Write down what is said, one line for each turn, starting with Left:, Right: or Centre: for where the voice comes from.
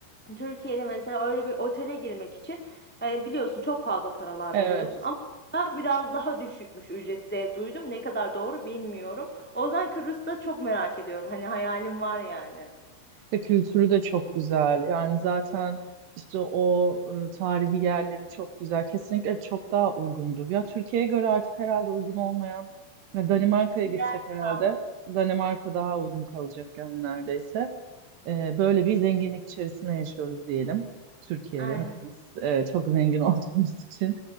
Centre: Türkiye'de mesela öyle bir otele girmek için yani biliyorsun çok fazla paralar
Right: Evet.
Centre: veriyorsun ama burada biraz daha düşükmüş ücreti de duydum. Ne kadar doğru bilmiyorum. O yüzden Kıbrıs'ta çok merak ediyorum. Hani hayalim var yani.
Right: Ve kültürü de çok güzel. Yani zaten işte o e, tarihi yerleri çok güzel. Kesinlikle çok daha uygundur. Ya Türkiye'ye göre artık herhalde uygun olmayan ya Danimarka'ya
Centre: Bir
Right: gitsek
Centre: yer
Right: herhalde
Centre: kaldı.
Right: Danimarka daha uygun kalacak yani neredeyse. E, böyle bir zenginlik içerisinde yaşıyoruz diyelim. Türkiye'de
Centre: Aynen.
Right: hepimiz e, çok zengin <laughs> olduğumuz için.